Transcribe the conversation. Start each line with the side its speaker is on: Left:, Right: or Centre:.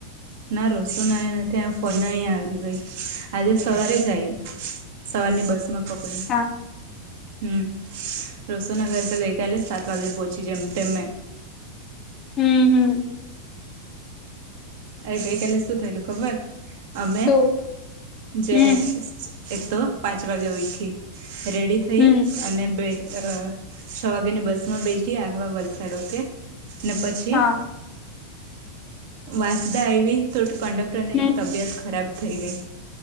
Right: ના રસો નાયા નથી ફોના અહીયા આવી ગઈ આજે સવારે જ આઈ સવારને બસમાં પકડ્યું
Left: હા
Right: હું -રોસોના ઘર તો ગઈકાલે સાત વાગે પહોંચી જેમ તેમં મે
Left: હમ હમ
Right: અરે ગઈકાલે શું થયેલું -ખબર અમે-
Left: શું
Right: જે
Left: હમ
Right: એક તો પાંચ વાગે ઉઈઠી -રેડી થઈ
Left: હમ
Right: અને બે અ અ છ વાગે ની બસ માં બેઠી આવા વલસાડો કે ને પછી-
Left: હા
Right: વાંસદા આવી તો કંડક્ટર ની
Left: હમ
Right: તબિયત ખરાબ થઈ ગઈ